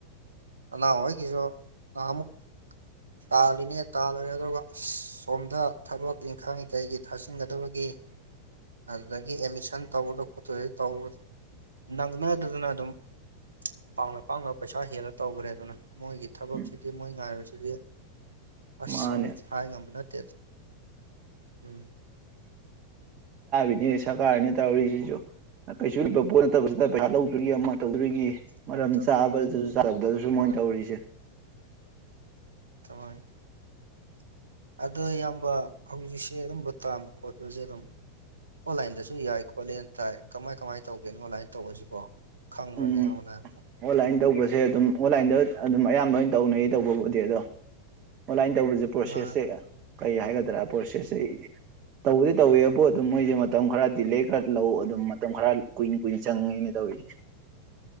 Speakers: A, on the right; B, on the right.
A: ꯂ ꯍ ꯀꯁꯨ ꯑ ꯑꯃꯨꯛ ꯇꯥꯜꯂꯤꯅꯦ ꯇꯥꯜꯂꯨꯔꯦ ꯑꯗꯨꯒ ꯁꯣꯝꯗ ꯊꯕꯛ ꯏꯪꯈꯥꯡꯒꯤ ꯀꯩꯒꯤ ꯊꯥꯖꯤꯟꯒꯗꯕꯒꯦ ꯑꯗꯨꯗꯒꯤ ꯑꯦꯠꯃꯤꯁꯟ ꯇꯧꯕꯗ ꯈꯣꯠꯇꯣ ꯇꯧꯕꯗ ꯅꯪꯅꯗꯗꯅ ꯑꯗꯨꯝ ꯄꯥꯡꯅ ꯄꯥꯛꯅ ꯄꯩꯁꯥ ꯍꯦꯜꯂ ꯇꯧꯈ꯭ꯔꯦ ꯑꯗꯨꯅ ꯃꯣꯏꯒꯤ ꯊꯕꯛꯁꯤꯗꯤ
B: ꯎꯝ
A: ꯃꯣꯏ ꯉꯥꯏꯔꯤꯁꯤꯗꯤ ꯑꯁ
B: ꯃꯥꯅꯦ
A: ꯁꯖꯤ ꯍꯥꯏ ꯉꯝꯕ ꯅꯠꯇꯦꯗ ꯎꯝ
B: ꯅꯤ ꯑꯦꯁꯥ ꯀꯅꯤ ꯇꯧꯔꯤꯁꯤꯁꯨ ꯀꯩꯔꯤꯣꯦ ꯁꯤ ꯍꯥ ꯂꯧ ꯎꯔꯤ ꯑꯃꯅ ꯇꯧꯗꯣꯏꯒꯤ ꯃꯔꯝ
A: ꯍꯣꯏ
B: ꯆꯥꯕꯗꯁꯨ ꯆꯥꯗꯕꯗꯁꯨ
A: ꯍꯣꯏ
B: ꯃꯣꯏꯅ ꯇꯧꯔꯤꯁꯦ
A: ꯇꯃꯣꯏ ꯑꯗꯣ ꯏꯌꯥꯝꯕ ꯍꯧꯖꯤꯛꯁꯦ ꯑꯗꯨꯝꯕ ꯇꯥꯟꯕ ꯈꯣꯠꯄꯁꯦ ꯑꯗꯨꯝ ꯑꯣꯟꯂꯥꯏꯟꯗꯁꯨ ꯌꯥꯏ ꯈꯣꯠꯂꯦꯅ ꯇꯥꯏ ꯀꯃꯥꯏ ꯀꯃꯥꯏꯅ ꯇꯧꯒꯦꯅ ꯑꯣꯟꯂꯥꯏꯟꯗ ꯇꯧꯕꯔꯁꯤꯕꯣ ꯈꯪꯕ꯭ꯔꯥꯅꯤ
B: ꯎꯝ
A: ꯑꯃꯅ ꯍꯥꯏꯀꯣ
B: ꯑꯣꯟꯂꯥꯏꯟ ꯇꯧꯕꯁꯦ ꯑꯗꯨꯝ ꯑꯣꯟꯂꯥꯏꯟꯗ ꯑꯗꯨꯝ ꯑꯌꯥꯝꯕ ꯑꯣꯏꯅ ꯇꯧꯅꯩ ꯇꯧꯕꯕꯨꯗꯤ ꯑꯗꯣ ꯑꯣꯟꯂꯥꯏꯟ ꯇꯧꯕꯁꯦ ꯄ꯭ꯔꯣꯁꯦꯁꯁꯦ
A: ꯑꯥ
B: ꯀꯩ ꯍꯥꯏꯒꯗ꯭ꯔꯥ ꯄ꯭ꯔꯣꯁꯦꯁꯁꯦ ꯇꯧꯕꯗꯤ ꯇꯧꯋꯦꯕꯨ ꯑꯗꯨꯝ ꯃꯣꯏꯁꯦ ꯃꯇꯝ ꯈꯔ ꯗꯤꯂꯦ ꯈꯔ ꯂꯧ ꯑꯗꯨꯝ ꯃꯇꯝ ꯈꯔ ꯀꯨꯏꯅ ꯀꯨꯏꯅ ꯆꯪꯉꯦꯅꯦ ꯇꯧꯔꯤꯗꯤ